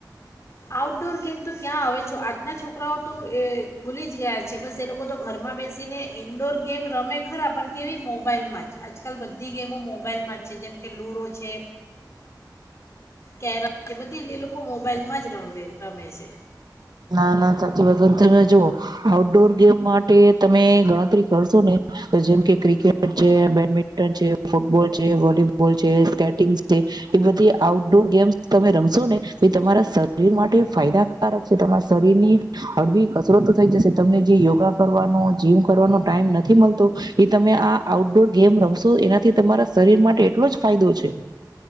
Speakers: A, on the left; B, on the right.
A: આઉટડોર ગેમ તો ક્યાં આવે છો આજના છોકરાઓ તો એ ભૂલી જ ગયા છે બસ એ લોકો તો ઘરમાં બેસીને ઇન્ડોર ગેમ રમે ખરા પણ કેવી મોબાઈલમાં જ આજકાલ બધી ગેમો મોબાઈલમાં જ છે જેમ કે લૂડો છે કેરમ છે બધી એ લોકો મોબાઈલમાં જ રમે રમે છે
B: ના ના સાચી વાત તમે જોુ આઉટડોર ગેમ માટે તમે ગણતરી કરશો ને જેમ કે ક્રિકેટ છે બેડમિન્ટન છે ફૂટબોલ છે વોલીબોલ છે સ્કેટિંગ છે એ બધી આઉટડોર ગેમ્સ તમે રમશો ને એ તમારા શરીર માટે ફાયદાકારક જે તમારા શરીર ની હળવી કસરતો થઈ જશે તમને જે યોગા કરવાનો જીમ કરવાનો ટાઈમ નથી મળતો એ તમે આ આઉટડોર ગેમ રમશો એનાથી તમારા શરીર માટે એટલો જ ફાયદો છે